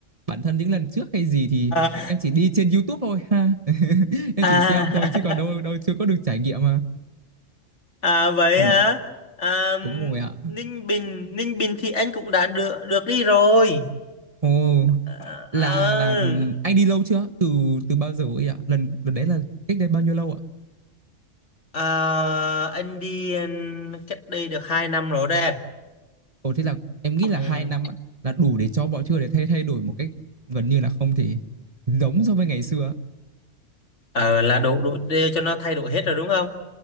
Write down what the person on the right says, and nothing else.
Bản thân những lần trước hay gì thì
em chỉ đi trên YouTube thôi ha. <laughs> Em
chỉ xem thôi chứ còn đâu
đâu chưa có được trải nghiệm mà.
Ừm,
đúng rồi ạ.
Ồ,
là
là anh đi lâu chưa? Từ từ bao giờ ấy ạ? Lần lần đấy là cách đây bao nhiêu lâu ạ?
Ồ thế là em nghĩ là
hai năm á, là đủ để cho mọi thứ để thay thay đổi một cách gần như là không thể giống so với ngày xưa. á.